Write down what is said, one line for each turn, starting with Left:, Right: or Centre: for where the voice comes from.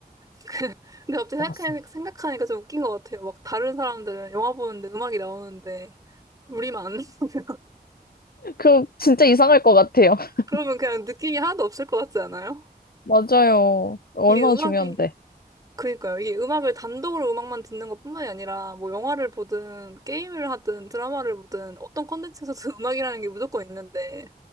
Right: <laughs> 근데 갑자기
Left: 것
Right: 생각하니까,
Left: 같습니다.
Right: 생각하니까 좀 웃긴 것 같아요. 막 다른 사람들은 영화 보는데 음악이 나오는데 우리만. <laughs>
Left: 그럼 진짜 이상할 것 같아요. <laughs>
Right: 그러면 그냥 느낌이 하나도 없을 것 같지 않아요?
Left: 맞아요. 얼마나
Right: 이게 음악이,
Left: 중요한데.
Right: 그니까요. 이게 음악을 단독으로 음악만 듣는 것뿐만이 아니라, 뭐 영화를 보든, 게임을 하든, 드라마를 보든, 어떤 콘텐츠에서도 <laughs> 음악이라는 게 무조건 있는데,